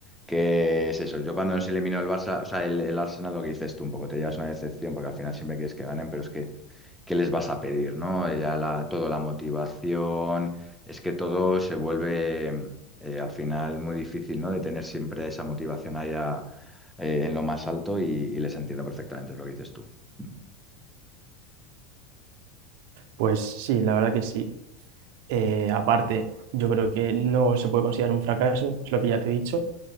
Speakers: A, in the centre; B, on the right.
A: que es eso. Yo cuando nos eliminó el Barça, o sea, el, el Arsenal, lo que dices tú, un poco te llevas una decepción porque al final siempre quieres que ganen, pero es que, ¿qué les vas a pedir, no? Eh, Ya la, toda la motivación, es que todo se vuelve eh, al final muy difícil, ¿no? De tener siempre esa motivación allá eh, en lo más alto y, y les entiendo perfectamente es lo que dices tú. Mm.
B: Pues sí, la verdad que sí. Eh, aparte, yo creo que no se puede considerar un fracaso, es lo que ya te he dicho,